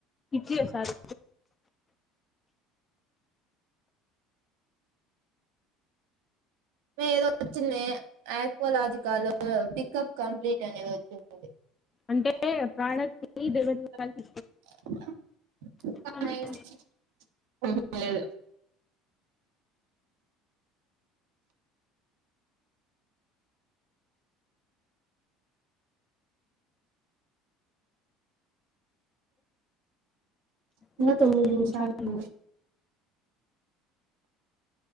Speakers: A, on the left; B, on the right.
A: ఇచ్చేసారు
B: ఏదో వచ్చేందే యాక్వలాజికాలు. <unintelligible> కప్ కంప్లీట్ అనేదొచ్చింటది
A: అంటే
B: <unintelligible>
A: ప్రోడక్ట్ ని డెలివరీ వాళ్ళకి ఇస్తుంది
B: ఉమ్ లేదు. ఇంగా
A: ఇంకా
B: తొమ్మిద్
A: తొమ్మిది
B: నిమిషాలుంది.
A: నిమిషాలు